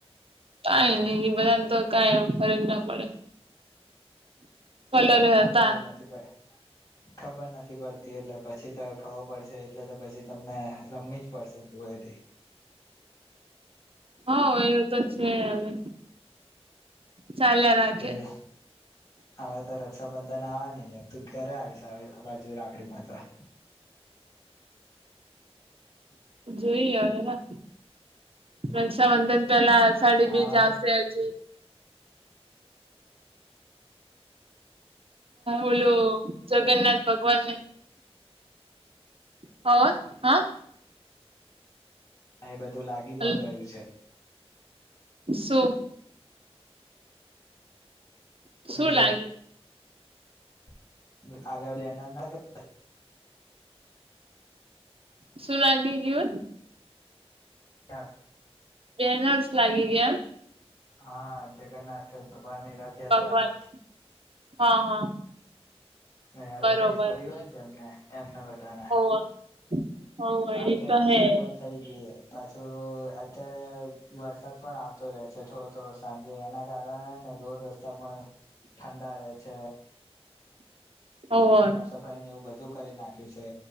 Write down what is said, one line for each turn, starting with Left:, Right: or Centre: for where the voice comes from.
Right: નઈ નઈ એ બધાને તો કઈ ફરક ના પડે. કલર
Left: અને
Right: હતા
Left: ખબર નથી ભાઈ
Right: <inaudible>
Left: ખબર નથી પડતી એટલે પછી તો ખબર પડશે એટલે તો પછી તમને રમી જ પડશે ધૂળેથી.
Right: હ એવું તો છે હવે. ચાલ્યા
Left: પછી
Right: રાખે
Left: હવે તાર રક્ષાબંધન આવવા ન તું ક્યારે આવીશ આવી બાજુ રાખડી બાંધવા?
Right: જોઈ હવેે રક્ષાબંધન પેલા સાડી બીજ
Left: આવવાનું
Right: આવશે હજી. ઓલું જગન્નાથ ભગવાનને હોર હા.
Left: હા એ બધું લાગી પણ
Right: હલો
Left: ગયું છે.
Right: શું?
Left: આપડ
Right: શું
Left: જે
Right: લાગી?
Left: <unintelligible>
Right: શું લાગે રુ?
Left: <inaudible>
Right: બેલાન્સ લાગી ગયા?
Left: હા જગન્નાથ ભગવાન ની રથયાત્રા
Right: ભગવાન હા હા
Left: એડવર્ટાઈઝ
Right: બરોબર
Left: કર હોય જે એમને એમને બધાને.
Right: હોવે હોવે
Left: અત્યારથી
Right: એ તો હે
Left: શરૂઆત થઈ ગઈ પાછું અત્યારે વરસાદ પણ આવતો રહે થોડો થોડો સાંજે એના કારણેને રોડ રસ્તા પણ ઠંડા રહે છે.
Right: હોવે
Left: સાફ સફાઈ એવું બધું કરી નાખ્યું છે